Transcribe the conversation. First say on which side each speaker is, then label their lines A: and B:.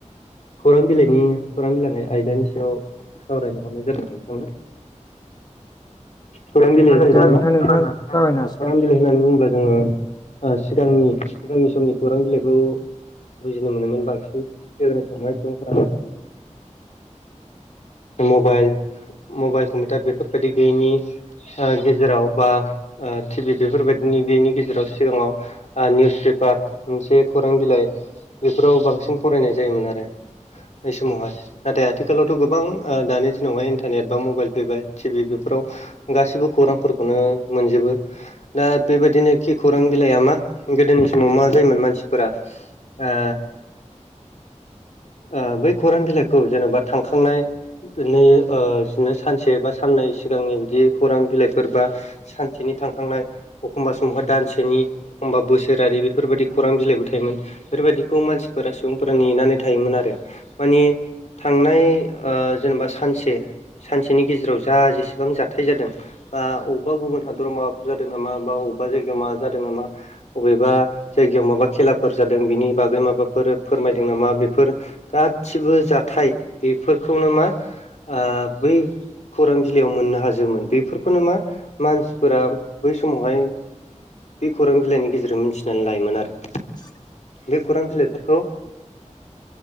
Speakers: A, on the left; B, on the left.
A: खौरां बिलाइनि खौरां बिलाइनि आयदानि सायाव सावरायनो हरनाय जादों नोंथांनो। खौरां बिलाया जाहैबाय
B: दे नोंथां
A: मा ओ
B: नोंथाङा जागायनो हासिगोन
A: खौरां बिलाय होननानै बुङोब्ला जोङो ओ सिगांनि सिगांनि समनि खौरां बिलाइखौ बुजिनो मोनोमोन बांसिन <unintelligible> सुबुंफोरा। मबाइल मबाइल कम्पिउटार बेफोरबायदि गैयिनि फिसा गेजेराव बा ओ टि भि बेफोरबायदिनि गैनि गेजेराव सिगाङाव आ निउस पेपार मोनसे खौरां बिलाइ बेफोराव बांसिन फरायनाय जायोमोन आरो। बै समावहाय नाथाय आथिखालावथ' गोबां ओ दानि दिनावहाय इन्टारनेट बा मबाइल फैबाय टिभि बेफोराव गासिबो खौरांफोरखौनो मोनजोबो। दा बेबायदिनो खि खौरां बिलाइआ मा गोदोनि समाव मा जायोमोन मानसिफोरा ओ ओ बै खौरां बिलाइखौ जेनेबा थांखांनाय बिदिनो बिदिनो सानसे बा साननै सिगांनि बिदि खौरां बिलाइफोर बा सानसेनि थांखांनाय एखमबा समावहा दानसेनि एखमबा बोसोरारि बेफोरबायाददि खौरां बिलाइबो थायोमोन बेफोरबायदिखौ मानसिफोरा सुबुंफोरा नेनानै थायोमोन आरो माने थांनाय जेनेबा सानसे सानसेनि गेजेराव जा जेसेबां जाथाय जादों अबेबा गुबुन हादराव माबाफोर जादों नामा बा अबेबा जायगायाव माबा जादों नामा अबेबा जायगायाव माबा खेलाफोर जादों बिनि बागै माबाफोर फोरमायदों नामा बेफोर गासिबो जाथाय बेफोरखौनो मा ओ बै खौरां बिलाइयाव मोननो हाजोमोन बेफोरखौनो मा मानसिफोरा बै समावहाय बे खौरां बिलाइनि गेजेरजों मिथिनानै लायोमोन आरो
B: <inaudible>
A: बे खौरां बिलाइफोरखौ